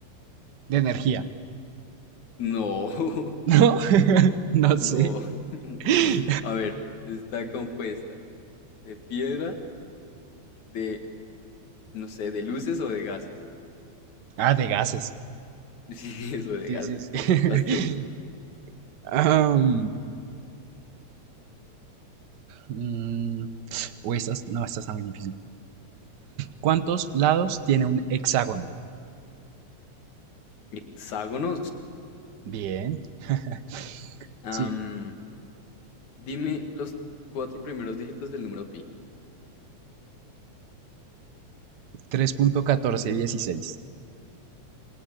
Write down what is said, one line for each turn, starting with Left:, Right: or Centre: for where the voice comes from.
Right: De energía.
Left: No, <laughs>
Right: No, <laughs> no sé.
Left: no, <laughs> no.
Right: <laughs>
Left: A ver, está compuesta de piedra, de, no sé, de luces o de gases. <laughs>
Right: Ah, de gases.
Left: Sí, eso de
Right: Sí,
Left: gases,
Right: sí, sí.
Left: bien.
Right: <laughs>
Left: Vas tú.
Right: Um, mm, uy, estas, no, esta está muy difícil. ¿Cuántos lados tiene un hexágono?
Left: Hexágono
Right: Bien. <laughs>
Left: 6.
Right: Sigue.
Left: dime los cuatro primeros dígitos del número pi.
Right: Tres punto catorce dieciséis.